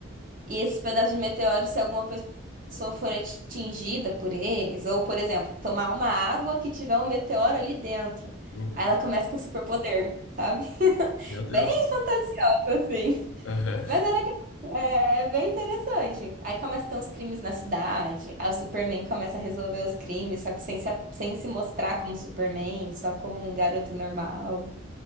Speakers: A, on the right; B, on the left.
A: E esses pedaços de meteoro, se alguma pessoa for atingida por eles, ou, por exemplo, tomar uma água que tiver um meteoro ali dentro,
B: Uhum.
A: aí ela começa com superpoder, sabe? <laughs>
B: Meu Deus.
A: Bem fantasiosa, assim.
B: Aham.
A: Mas é legal, é bem interessante. Aí começam a ter uns crimes na cidade, aí o Superman começa a resolver os crimes, só que sem se, sem se mostrar como Superman, só como um garoto normal.